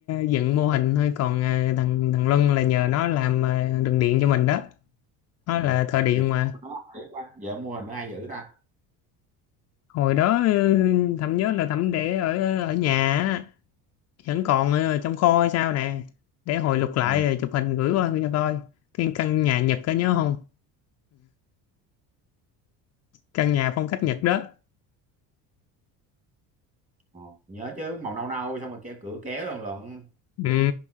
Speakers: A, on the left; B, on the right.
A: dựng mô hình thôi còn ờ, thằng thằng Luân là nhờ nó làm ờ, đường điện cho mình đó nó
B: ừ.
A: là thợ điện
B: Dạ,
A: mà
B: nó để qua. vợ mua hình ai giữ ta
A: hồi đó ờ, thẩm nhớ là thẩm để ở ở nhà á, vẫn còn ở trong kho hay sao nè để hồi lục lại
B: ừ.
A: rồi chụp hình gửi qua cho coi cái căn nhà Nhật có nhớ không căn nhà phong cách Nhật
B: Ừ.
A: đó
B: Ờ, nhớ chứ màu nâu nâu xong rồi keo cửa kéo lần lần
A: ừ